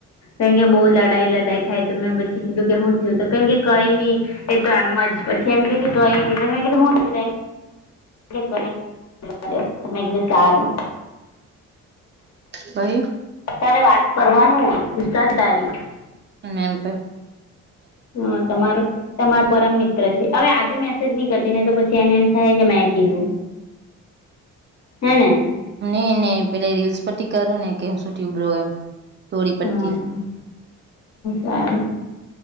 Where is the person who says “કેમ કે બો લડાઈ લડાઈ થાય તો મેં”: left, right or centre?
Left